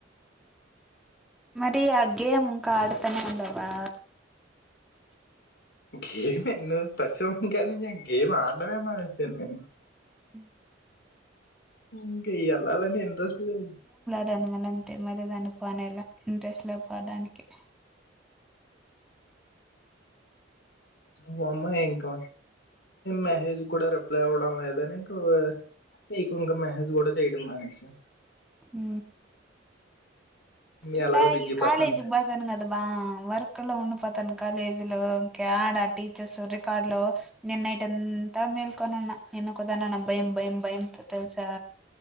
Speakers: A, in the centre; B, on the left.
A: మరి ఆ గేమ్ ఇంక ఆడతానే ఉండావా
B: గేమ్ ఎన్లో పరిషం గానించి, గేమ్ ఆడ్డమే మానేసాను నేన్
A: అ
B: ఇంక ఏళ్ళలని ఇంట్రెస్ట్ లేదు.
A: తాను మల్ అంతే మరి దాన్ని పోనేలే ఇంట్రెస్ట్ లే పోడానికి
B: నువ్వు అమ్మాయి ఇంక మేసెజ్ కూడ రిప్లై ఇవ్వడం లేదని ఇంకో, నీకు ఇంక మెసేజ్ కూడ చేయడం మానేసా
A: హు,
B: మీ
A: ర
B: ఎలాగో
A: లాయ్
B: బిజీ
A: కాలేజ్
B: పర్సన్స్
A: కి పోతాను కదా బా వర్క్ లొ ఉంను పొ తన కాలేజీలో ఇంకా ఆడా టీచర్స్ రికార్డ్లు నేన్ నైటంత మేల్కొనున్న నే ఒక్కదనే ఉన్న భయం భయం భయంతో తెలుసా